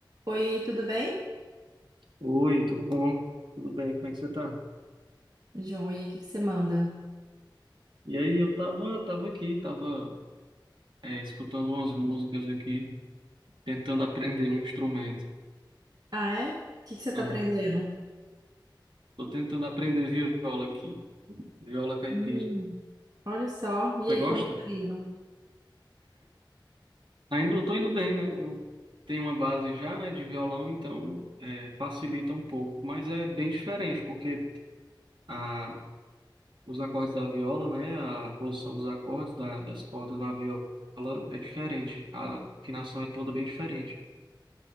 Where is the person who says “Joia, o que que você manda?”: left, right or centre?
Right